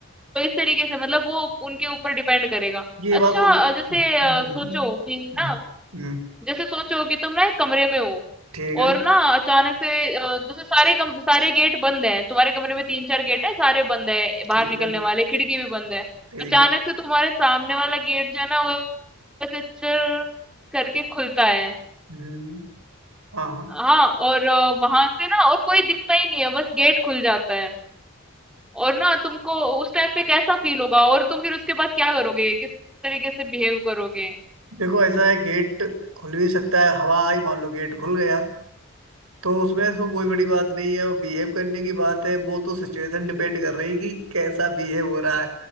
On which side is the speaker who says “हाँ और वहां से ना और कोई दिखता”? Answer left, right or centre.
Centre